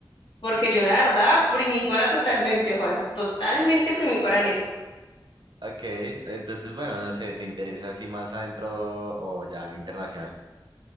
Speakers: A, on the left; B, on the right.
A: Porque yo la verdad, primipara totalmente, Juan, totalmente primipara en esto.
B: Ok, entonces, bueno, no sé, ¿te interesa así más adentro o ya internacional?